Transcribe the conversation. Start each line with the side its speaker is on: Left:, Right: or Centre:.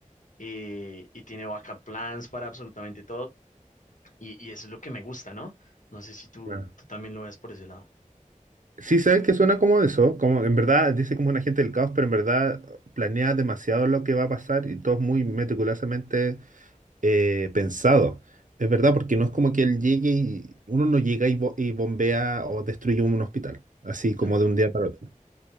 Left: eh, y tiene backup plans para absolutamente todo, y, y eso es lo que me gusta, ¿no? No sé si tú,
Right: Claro.
Left: tú también lo ves por ese lado.
Right: Sí, sabes que suena como eso, como en verdad dice como un agente del caos, pero en verdad planea demasiado lo que va a pasar y todo es muy meticulosamente eh, pensado. Es verdad, porque no es como que él llegue y uno no llega y, bo- y bombea o destruye un hospital, así
Left: Exacto,
Right: como de un día para otro.